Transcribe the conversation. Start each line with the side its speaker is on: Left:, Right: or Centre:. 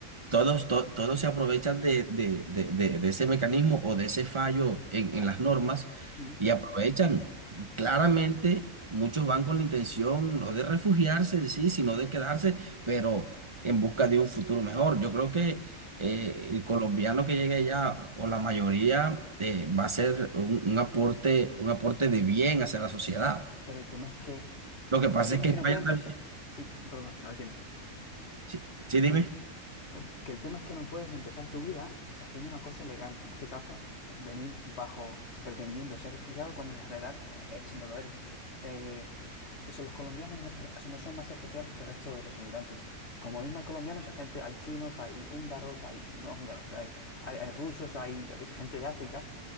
Right: todos, to- todos se aprovechan de, de- de- de- de ese mecanismo o de ese fallo en, en las normas
Left: Mm.
Right: y aprovechan. Claramente, muchos van con la intención no de refugiarse, sí, sino de quedarse, pero en busca de un futuro mejor. Yo creo que eh, el colombiano que llegue allá, o la mayoría, eh, va a ser un, un aporte, un aporte de bien hacia la sociedad.
Left: Pero el tema es que,
Right: Lo que
Left: el
Right: pasa
Left: tema
Right: es que
Left: es que
Right: España
Left: no pueden pensar.
Right: también.
Left: Sí, perdón, a ver, dime.
Right: Sí, sí, dime.
Left: El- Que el tema es que no puedes empezar tu vida o sea, haciendo una cosa ilegal. En este caso, es venir bajo, pretendiendo ser refugiado cuando en general eh, eso no lo eres. Eh, eso, los colombianos no eh, eso no son más especiales que el resto de los inmigrantes. Como mismo hay colombianos, hay gente, hay chinos, hay húngaros, hay no húngaros, hay, hay, hay rusos, hay, es gente de África.